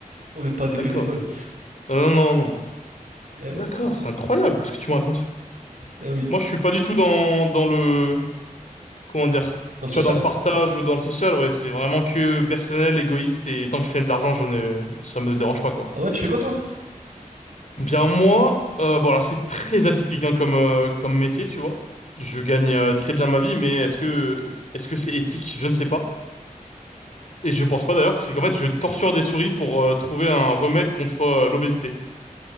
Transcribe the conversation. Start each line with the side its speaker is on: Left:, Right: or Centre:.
Right: On n'est pas des
Left: D'accord.
Right: bénévoles.
Left: Non, non, non, non.
Right: Eh ouais,
Left: D'accord, c'est incroyable ce que tu me racontes.
Right: eh oui,
Left: Moi, je suis pas du tout dans, dans le... comment dire,
Right: dans le
Left: tu
Right: social.
Left: vois, dans le partage ou dans le social, ouais, c'est vraiment que personnel, égoïste, et tant que je fais de l'argent, j'en ai, ça me dérange pas, quoi.
Right: Ah ouais, tu fais quoi, toi?
Left: Bien, moi, euh, bon, alors c'est très atypique, hein, comme, euh, comme métier, tu vois. Je gagne euh, très bien ma vie, mais est-ce que, est-ce que c'est éthique? Je ne sais pas. Et je pense pas d'ailleurs, c'est qu'en fait, je torture des souris pour euh, trouver un remède contre euh, l'obésité.